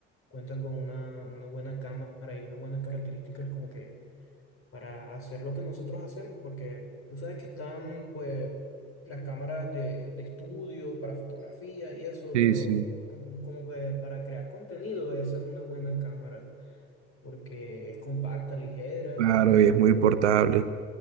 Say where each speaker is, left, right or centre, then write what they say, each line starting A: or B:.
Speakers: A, on the left (about 40°); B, on the right (about 75°).
A: cuentan con una, una buena cámara y unas buenas características como que para hacer lo que nosotros hacemos, porque tú sabes que están pues las cámaras de, de estudio para fotografía y eso,
B: Sí,
A: pero
B: sí,
A: como, como que para crear contenido, esa es una buena cámara, porque es compacta, ligera.
B: Claro, y es
A: eh,
B: muy portable.